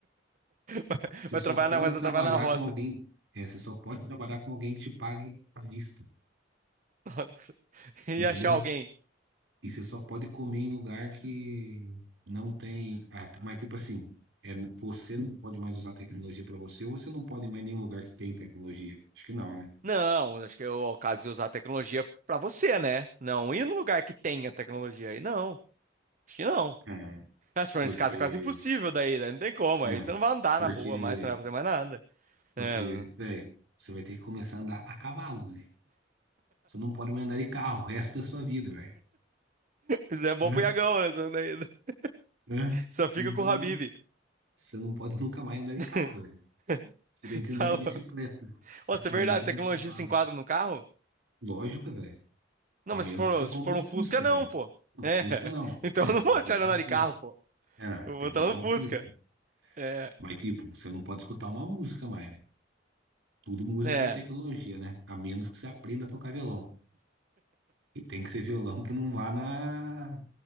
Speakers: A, on the right (about 45°); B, on the right (about 80°).
A: Vai,
B: Você
A: vai
B: só
A: trabalhar
B: pode
A: na, vai
B: trabalhar
A: trabalhar na roça,
B: com alguém,
A: né?
B: é, você só pode trabalhar com alguém que te pague à vista,
A: <laughs> Nossa. E
B: entendeu?
A: achar alguém.
B: E você só pode comer em lugar que não tem, ah, t- mas tipo assim, é, você não pode mais usar tecnologia para você, ou você não pode ir mais em nenhum lugar que tem tecnologia. Acho que não, né?
A: Não, acho que é o caso de usar a tecnologia pra você, né? Não ir no lugar que tenha tecnologia aí. Não, acho que não.
B: É, é,
A: Mas se for
B: porque,
A: nesse caso é quase impossível daí, né? Não tem como.
B: é,
A: Aí você não vai andar
B: porque
A: na rua mais, você não vai fazer mais nada.
B: Porque,
A: É, não.
B: velho, você vai ter que começar a andar a cavalo, velho. Você não pode mais andar de carro o resto da sua vida, velho.
A: Isso é bom
B: Né?
A: pro Iagão, né? Só, daí- <laughs>
B: Né?
A: só
B: Você
A: fica
B: não
A: com
B: pode,
A: o
B: nu-
A: Habib.
B: você não pode nunca mais andar de
A: <laughs>
B: carro, velho. Você
A: <laughs>
B: tem que
A: Salão.
B: andar de bicicleta
A: Nossa,
B: e
A: é verdade,
B: andar
A: tecnologia
B: de cavalo.
A: se enquadra no carro?
B: Lógico, velho.
A: Não,
B: A
A: mas
B: menos
A: se for,
B: que você compre
A: se for um
B: um Fusca,
A: Fusca, não,
B: velho.
A: pô.
B: Um
A: É.
B: Fusca
A: <laughs>
B: não.
A: Então
B: É,
A: eu não
B: você
A: vou
B: tem que
A: tirar
B: comprar
A: andar
B: um Fusca.
A: de carro, pô.
B: É, não, você
A: Eu
B: tem
A: vou entrar
B: que comprar
A: no Fusca.
B: um Fusca.
A: É.
B: Mas, tipo, você não pode escutar uma música mais, velho. Tudo música
A: É.
B: é tecnologia, né? A menos que você aprenda a tocar violão. E tem que ser violão que não vá na